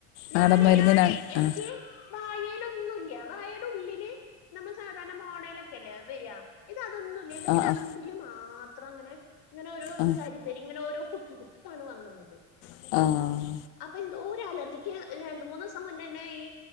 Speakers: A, on the left; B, on the left.
A: നാടൻ
B: ഞാനേ
A: മരുന്നിന്
B: എനിക്ക്
A: ആ
B: വായേൽ ഒന്നുമില്ല വായുടെ ഉള്ളില് നമ്മൾ സാധാരണ മോണയിലൊക്കെ അല്ലേ വരിക ഇത് അതൊന്നും ഇല്ല എന്റെ
A: ആ ആ
B: ചുണ്ടി
A: ആ
B: ചുണ്ടില് മാത്രം അങ്ങനെ ഇങ്ങനെ ഓരോ
A: ആ
B: തരിതരി ഇങ്ങനെ ഓരോ കുത്ത് കുത്താണ് വന്നുള്ളത്
A: ആഹ്
B: അപ്പൊ ന്തോ രു അലർജിക്ക് രണ്ടു മൂന്നൂസം മുന്നന്നെ ഈ